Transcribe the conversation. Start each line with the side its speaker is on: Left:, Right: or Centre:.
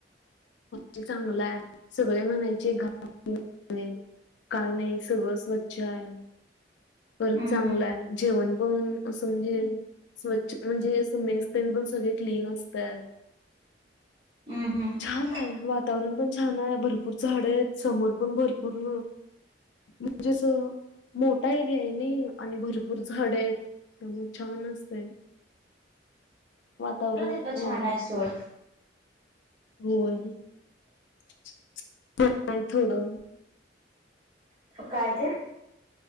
Left: हाँस्टेल चांगलं आहे, सगळे म्हणायचे, <unintelligible> काय नाही, सगळ स्वच्छ आहे,
Right: हम्म
Left: परत चांगलं
Right: हम्म
Left: आहे. जेवण पण असं म्हणजे स्वच्छ म्हणजे, असं मेस तेन पण सगळे क्लीन असतात.
Right: हम्म हम्म
Left: छान आहे, वातावरण पण छान आहे, भरपूर झाड आहेत, समोर पण भरपूर म्हणजे, अस मोठा एरिया आहे नाही आणि भरपूर झाड आहेत. त्यामुळे छान असतय, वातावरण
Right: तिथलं
Left: <unintelligible>
Right: छान आहे सोड
Left: होय. <unintelligible> थोडं.
Right: काय ते?